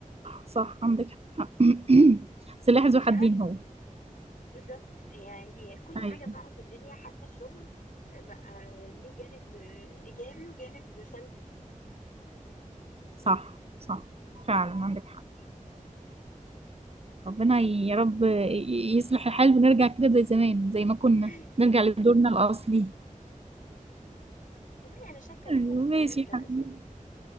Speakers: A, on the right (about 45°); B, on the left (about 80°).
A: صح عندك حق <clears throat> سلاح
B: بس
A: ذو
B: مش
A: حدين
B: عارف
A: هو
B: بالظبط يعني هي كل
A: أيوة
B: حاجه فعلا في الدنيا حتى الشغل بقى ليه جانب ايجابي وجانب سلبي
A: صح صح فعلا عندك حق ربنا يا رب ي- يصلح الحال ونرجع كده زي زمان زي ما كنا
B: <laughs>
A: نرجع لدورنا الأصلي
B: والله انا يعني شاكه ان
A: أيوة
B: احنا ممكن
A: ماشي
B: نرجع
A: يا حبيبي
B: اساسا